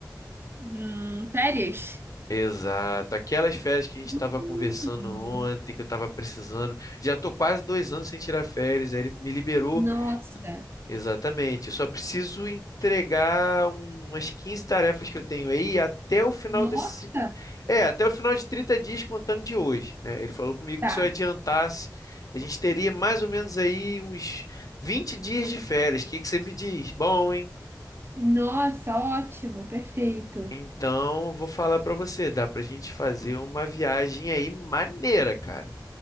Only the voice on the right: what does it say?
Hum, férias?
hum,
nossa,
nossa,
tá.
Nossa, ótimo, perfeito.